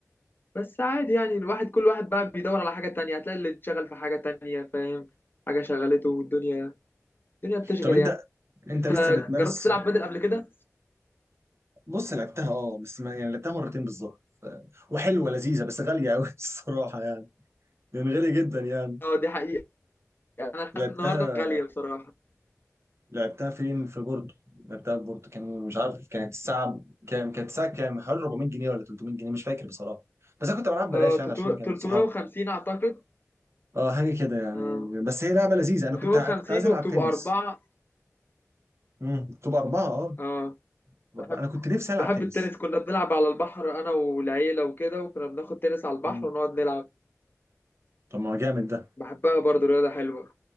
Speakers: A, on the left; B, on the right.
A: بس عادي يعني الواحد كل واحد بقى بيدور على حاجة تانية هتلاقي اللي اتشغل في حاجة تانية فاهم حاجة شغلته والدنيا الدنيا بتشغل
B: طب انت
A: يعني
B: انت
A: انت
B: لسه بتمارس
A: جربت تلعب بدل قبل كده؟
B: بص لعبتها اه بس ما يعني لعبتها مرتين بالظبط ف- وحلوه لذيذه بس غاليه قوي <laughs> الصراحه يعني يعني غاليه جدا يعني
A: اه دي حقيقة انا لحد
B: لعبتها
A: النهاردة غالية بصراحة
B: لعبتها فين في بورتو لعبتها في بورتو كان مش عارف كانت الساعة كام كانت الساعة كام حوالي 400 جنيه ولا 300 جنيه مش فاكر بصراحة بس انا كنت بلعب بلاش
A: اه
B: يعني عشان كانت
A: 350
B: صحابي
A: اعتقد
B: اه حاجة كده يعني
A: اه
B: بس هي لعبة لذيذة
A: 350
B: انا كنت ع- كنت عايز العب
A: وبتبقى
B: تنس
A: أربعة
B: امم تبقى أربعة اه
A: اه
B: بأربعة.
A: بحب
B: انا كنت نفسي العب
A: بحب
B: تنس
A: التنس كنا بنلعب على البحر انا والعيلة وكده وكنا بناخد تنس على البحر
B: مم.
A: ونقعد نلعب
B: طب ما هو جامد ده
A: بحبها برضه رياضة حلوة